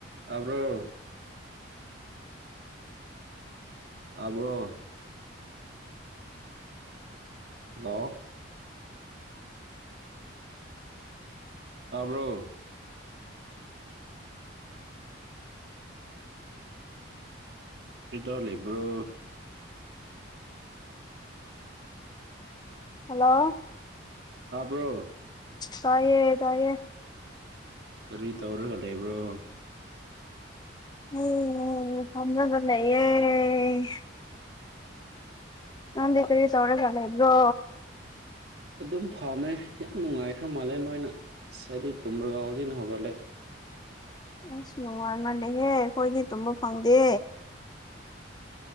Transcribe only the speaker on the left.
ꯍꯜꯂꯣ
ꯇꯥꯏꯌꯦ ꯇꯥꯏꯌꯦ
ꯎꯝ ꯐꯖꯒ ꯂꯩ ꯑꯦ ꯅꯥꯟ ꯗꯦ ꯀꯔꯤ ꯆꯧꯔ ꯆꯂ ꯍꯥꯏꯗ꯭ꯔꯣ
ꯑꯁ ꯅꯨꯡꯉꯥꯏ ꯃꯥꯜꯂꯦꯍꯦ ꯑꯩꯈꯣꯏꯗꯤ ꯇꯨꯝꯕ ꯐꯪꯗꯦ